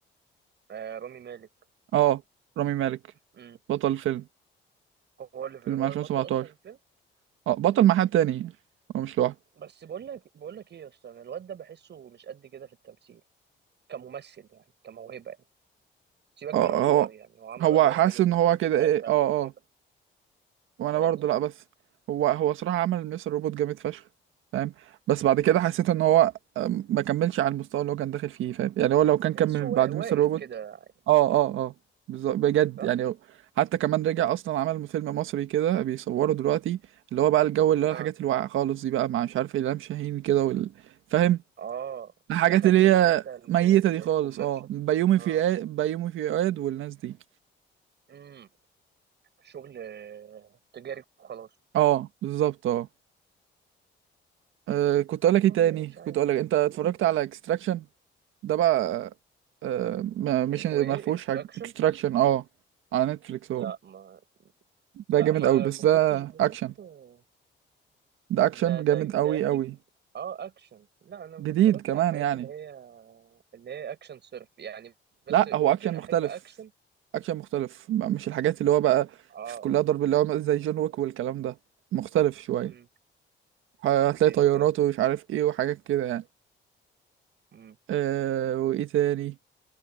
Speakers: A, on the right; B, on the right.
A: آه رامي مالك
B: اه رامي مالك
A: امم
B: بطل الفيلم
A: هو اللي
B: فيلم
A: في هو
B: 2017
A: البطل اصلا الفيلم
B: اه بطل مع حد تاني هو مش لوحده
A: بس بقول لك بقول لك ايه يا اسطى أنا الواد ده بحسه مش قد كده في التمثيل كممثل يعني كموهبة يعني سيبك
B: اه
A: من الادوار
B: هو
A: يعني هو عمل ادوار
B: هو حاسس
A: حلوة
B: ان
A: بس
B: هو
A: قصدي
B: كده
A: ك-
B: ايه
A: كموهبة
B: اه اه وانا
A: فاهمني
B: برضه لا بس هو هو صراحة عمل مستر روبوت جامد فشخ فاهم بس بعد كده
A: امم
B: حسيت ان هو أم، ما كملش على المستوى اللي هو كان داخل فيه فاهم يعني هو لو كان
A: تحسه
B: كمل
A: وا-
B: بعد
A: واقف
B: مستر روبوت
A: كده
B: اه اه اه بالظبط بجد
A: صح
B: يعني هو- حتى كمان رجع اصلا عمل فيلم مصري كده بيصوره دلوقتي اللي هو بقى الجو اللي هو
A: اه
B: الحاجات الواقعة خالص دي بقى مع مش عارف إلهام شاهين كده وال... فاهم
A: اه
B: الحاجات
A: دخل
B: اللي
A: في الحته
B: هي
A: الك-
B: ميتة
A: ال-
B: دي
A: الكوميرشال
B: خالص اه بيومي
A: اه
B: فؤاد بيومي فؤاد والناس دي
A: امم شغل آه، تجاري وخلاص
B: اه بالظبط اه آه، كنت
A: والله
B: اقول لك ايه تاني
A: مش
B: كنت
A: عارف
B: اقول لك
A: يعني
B: انت اتفرجت
A: <clears throat>
B: على اكستراكشن ده بقى آه، ما- مش
A: اسمه
B: ما
A: ايه
B: فيهوش
A: اكستراكشن
B: حاجه اكستراكشن اه على نتفليكس هو
A: لا ما
B: ده
A: لا
B: جامد قوي بس
A: ما كنتش
B: ده
A: بشوف
B: اكشن
A: آه،
B: ده اكشن
A: ده ده
B: جامد
A: ده
B: قوي
A: اكيد
B: قوي
A: اه اكشن لا انا ما
B: جديد
A: بتفرجش
B: كمان
A: على الحاجات
B: يعني
A: اللي هي اللي هي اكشن صرف يعني بس
B: لا
A: ممكن
B: هو اكشن
A: احب
B: مختلف
A: اكشن
B: اكشن مختلف ما- مش الحاجات اللي هو بقى
A: اه
B: في كلها ضرب اللي هو زي جون ويك والكلام ده مختلف شويه
A: امم
B: هتلاقي
A: اوكي
B: طيارات
A: فهمت
B: ومش عارف ايه وحاجات كده يعني
A: امم
B: أه وايه تاني